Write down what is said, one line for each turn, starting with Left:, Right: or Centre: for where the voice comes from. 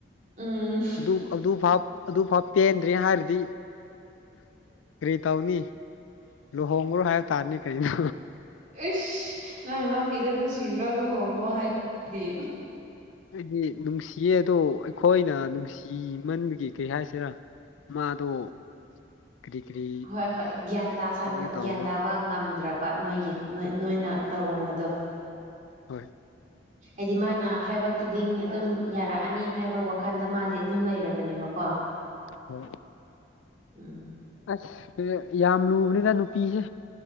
Right: ꯎꯝ
Left: ꯑꯗꯨ ꯑꯗꯨꯚꯞ꯫ ꯑꯗꯨꯐꯥꯎ ꯄꯦꯟꯗ꯭ꯔꯦ ꯍꯥꯏꯔꯗꯤ ꯀꯔꯤ ꯇꯧꯅꯤ ꯂꯨꯍꯣꯡꯈ꯭ꯔꯣ ꯍꯥꯏꯕ ꯇꯥꯔꯅꯤ ꯀꯩꯅꯣ
Right: ꯏꯁ ꯅꯪ ꯅꯥꯎꯄꯤꯗ ꯅꯨꯡꯁꯤꯗ꯭ꯔꯣ ꯂꯨꯍꯣꯡꯉꯣ ꯍꯥꯏꯔꯗꯤ
Left: ꯍꯥꯏꯗꯤ ꯅꯨꯡꯁꯤꯌꯦ ꯑꯗꯣ ꯑꯩꯈꯣꯏꯅ ꯅꯨꯡꯁꯤꯃꯟꯕꯒꯤ ꯀꯩ ꯍꯥꯏꯁꯤꯔꯥ ꯃꯥꯗꯣ ꯀꯔꯤ ꯀꯔꯤ
Right: ꯍꯣꯏ ꯍꯣꯏ ꯒ꯭ꯌꯥꯟ ꯇꯥꯟꯕ
Left: ꯇꯧꯒꯦ ꯇꯧꯕ
Right: ꯒ꯭ꯌꯥꯟ ꯇꯥꯕ ꯉꯝꯗ꯭ꯔꯕ ꯕꯥꯠ ꯅꯣꯏꯒꯤ ꯅꯣꯏꯅ ꯇꯧꯔꯝꯕꯗꯣ
Left: ꯍꯣꯏ
Right: ꯍꯥꯏꯗꯤ ꯃꯥꯅ ꯍꯥꯏꯕ ꯈꯨꯗꯤꯡ ꯑꯗꯨꯝ ꯌꯥꯔꯛꯑꯅꯤ ꯍꯥꯏꯕ ꯋꯥꯈꯜꯗ ꯃꯥꯗꯤ ꯑꯗꯨꯝ ꯂꯩꯔꯕꯅꯦꯕꯀꯣ
Left: ꯍ
Right: ꯎꯝ
Left: ꯑꯁ ꯌꯥꯝ ꯂꯨꯕꯅꯤꯗ ꯅꯨꯄꯤꯁꯦ꯫